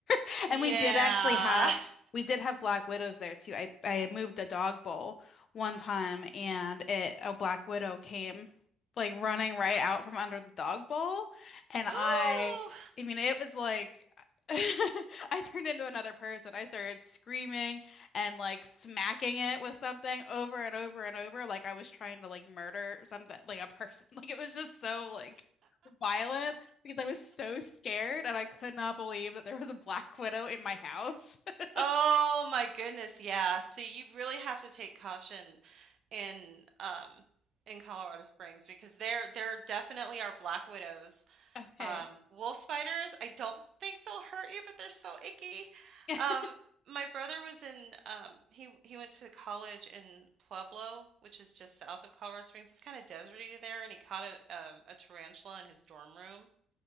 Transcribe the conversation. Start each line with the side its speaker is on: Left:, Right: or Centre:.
Left: <laughs>
Right: yeah.
Left: And we did actually have we did have black widows there too. I I moved a dog bowl one time and it a black widow came like running right out from under the dog bowl and
Right: <laughs>
Left: I
Right: Ooh.
Left: I mean it was like <laughs> I turned into another person. I started screaming and like smacking it with something over and over and over like I was trying to like murder something like a person. <laughs> Like it was just so like violent because I was so scared and I could not believe that there was a black widow in my house. <laughs>
Right: Oh my goodness, yeah. See, you really have to take caution in um in Colorado Springs because there there definitely are black widows
Left: Okay.
Right: Um, wolf spiders, I don't think they'll hurt you, but they're so icky.
Left: <laughs>
Right: Um, my brother was in, um, he he went to college in Pueblo, which is just south of Colorado Springs. It's kind of deserty there, and he caught a, um, a tarantula in his dorm room.